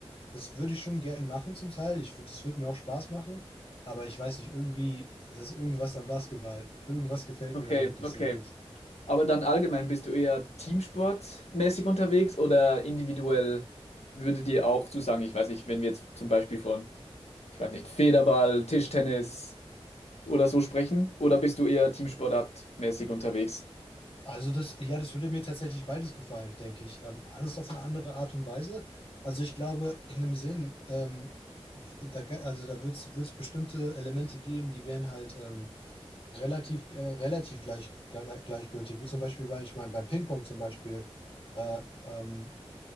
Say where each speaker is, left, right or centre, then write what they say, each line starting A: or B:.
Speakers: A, on the left; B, on the left.
A: das würde ich schon gerne machen zum Teil. Ich würde, das würde mir auch Spaß machen. Aber ich weiß nicht, irgendwie, das ist irgendwas am Basketball. Irgendwas gefällt
B: okay,
A: mir da wirklich
B: okay.
A: sehr gut.
B: Aber dann allgemein bist du eher teamsportmäßig unterwegs oder individuell würde dir auch zusagen, ich weiß nicht, wenn wir jetzt zum Beispiel von, ich weiß nicht, Federball, Tischtennis oder so sprechen, oder bist du eher teamsportartmäßig unterwegs?
A: Also das, ja, das würde mir tatsächlich beides gefallen, denke ich. Ähm, alles auf eine andere Art und Weise. Also ich glaube, in einem Sinn, ähm, da, ga- also da wird es bestimmte Elemente geben, die wären halt ähm, relativ, äh, relativ gleich, gleichgültig. Wie zum Beispiel bei, ich meine, beim Ping-Pong zum Beispiel. Äh, ähm,